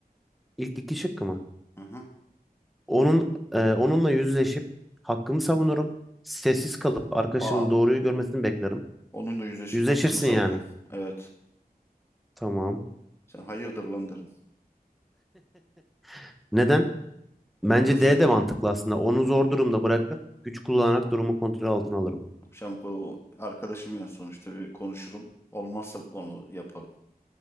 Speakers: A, in the centre; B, on the left.
A: İlk iki şıkkı mı?
B: Hı hı.
A: Onun, e, onunla yüzleşip hakkımı savunurum. Sessiz kalıp arkadaşımın
B: A.
A: doğruyu görmesini beklerim.
B: Onunla yüzleşip
A: Yüzleşirsin
B: hakkımı savunurum.
A: yani.
B: Evet.
A: Tamam.
B: Sen hayırdır lan derim.
A: <laughs> Neden? Bence
B: Nasıl
A: D
B: neden?
A: de mantıklı aslında. Onu zor durumda bırakır. Güç kullanarak durumu kontrol altına alırım.
B: Akşam ko- arkadaşım ya sonuçta bir konuşurum. Olmazsa onu yaparım.